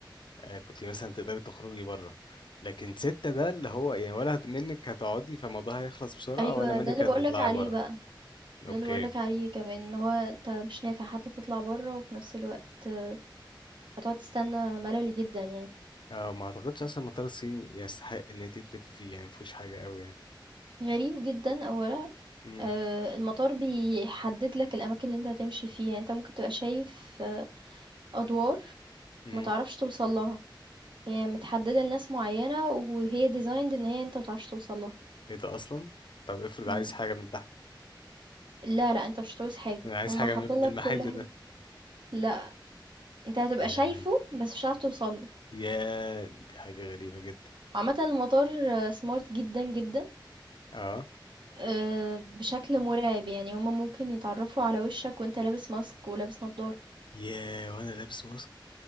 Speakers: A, on the left; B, on the right.
A: آه، كنت مثلا تقدري تخرجي بره لكن ستة ده اللي هو يعني ولا هت- منك هتقعدي فالموضوع هيخلص بسرعة
B: ايوه
A: ولا منك
B: ده اللي
A: هتطلعي
B: بقولك عليه
A: بره
B: بقى
A: اوكي
B: ده اللي بقولك عليه كمان ان هو انت مش نافع حتى تطلع بره وفي نفس الوقت آه، هتقعد تستنى ملل جدا يعني
A: اه ما اعتقدش اصلا المطار الصيني يستحق ان انت تلفي فيه يعني مفيهوش حاجة قوي يعني
B: غريب جدا اولا
A: امم
B: آآ المطار بيحدد لك الأماكن اللي أنت هتمشي فيها، يعني أنت ممكن تبقى شايف آه، أدوار
A: امم
B: ما تعرفش توصل لها، هي متحددة لناس معيّنة وهي designed إن هي أنت ما تعرفش توصل لها.
A: ايه ده اصلا طب افرض
B: إمم.
A: عايز حاجة من تحت
B: لا، لأ، أنت مش هتعوز حاجة،
A: انا عايز
B: هُم
A: حاجة
B: حاطين
A: من من المحل
B: لك كل حاجة.
A: ده
B: لأ، أنت هتبقى
A: يا
B: شايفه بس مش هتعرف توصل له.
A: يا دي حاجة غريبة جدا
B: عامةً المطار آه، smart جدًا، جدًا،
A: اه
B: آآ بشكل مرعب، يعني هُم ممكن يتعرّفوا على وشّك وأنت لابس ماسك ولابس نضارة.
A: يا وانا لابس ماسك